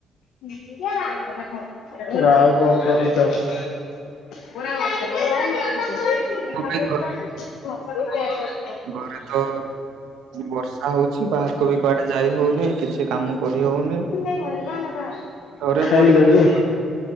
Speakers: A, on the left; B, on the right.
A: <unintelligible> ଆଉ। କଣ କରୁଚ। <unintelligible>
B: ମୁଁ ବି
A: <unintelligible>
B: ଗରେ ତ ବର୍ଷା ହଉଛି ବାହାରକୁ ବି କୁଆଡ଼େ ଯାଇ ହଉନି କିଛି କାମ କରି ହଉନି।
A: <unintelligible>
B: ଘରେ
A: ଖାଇଲନି?
B: ପଡିରହିଲେ